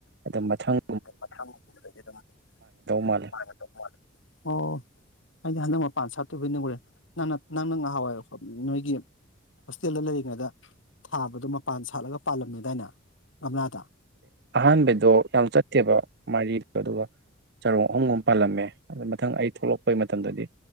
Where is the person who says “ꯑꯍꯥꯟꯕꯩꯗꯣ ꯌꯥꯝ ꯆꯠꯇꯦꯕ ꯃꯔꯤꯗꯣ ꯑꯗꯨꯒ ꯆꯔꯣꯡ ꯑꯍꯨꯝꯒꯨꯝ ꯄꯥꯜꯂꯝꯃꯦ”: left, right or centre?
Right